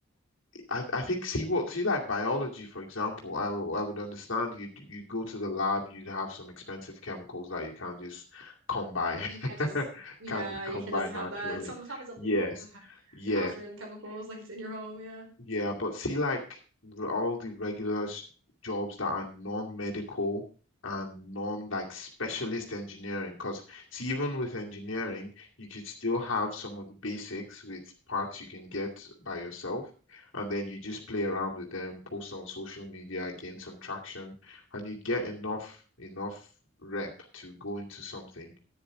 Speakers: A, on the left; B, on the right.
A: I, I think see what see like biology, for example, I will, I would understand you'd you'd go to the lab, you'd have some expensive chemicals that you can't just come by,
B: you can't just
A: <laughs>
B: yeah,
A: can't just come
B: you can't
A: by
B: just
A: naturally.
B: have that. Sometimes it's illegal
A: Yes,
B: to ha
A: yes.
B: to have certain chemicals like it's in your home. Yeah,
A: Yeah, but see, like r- all the regular s- jobs that are non-medical and non like specialist engineering, because see, even with engineering, you could still have some of the basics with parts you can get by yourself, and then you just play
B: Mm.
A: around with them, post on social media, gain some traction, and you'd get enough enough rep to go into something